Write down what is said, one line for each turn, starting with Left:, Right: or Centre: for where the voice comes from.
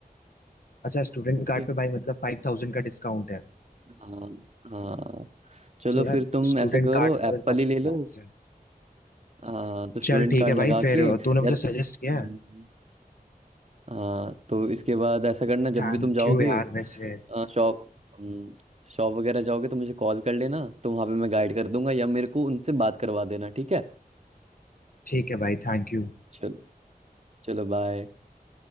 Left: अच्छा स्टूडेंट
Right: ओके
Left: कार्ड पे भाई मतलब फाइव थाउजेंड का डिस्काउंट है
Right: हाँ हाँ चलो
Left: तो यार
Right: फिर तुम
Left: स्टूडेंट
Right: ऐसा करो
Left: कार्ड तो
Right: एप्पल
Left: मेरे पास
Right: ही ले
Left: पड़ा
Right: लो
Left: से
Right: हाँ तो स्टूडेंट
Left: चल ठीक
Right: कार्ड
Left: है भाई
Right: लगा
Left: फिर
Right: के
Left: तूने मुझे
Right: या
Left: सजेस्ट
Right: हम्म,
Left: किया है
Right: हाँ तो इसके बाद ऐसा करना जब
Left: थैंक
Right: भी तुम जाओगे
Left: यू यार वैसे
Right: शॉप हम्म, शॉप वगैरह जाओगे तो मुझे कॉल कर लेना तो वहाँ पे मैं गाइड कर दूंगा या मेरे को उनसे बात करवा देना ठीक है
Left: ठीक है भाई थैंक यू
Right: चलो चलो बाय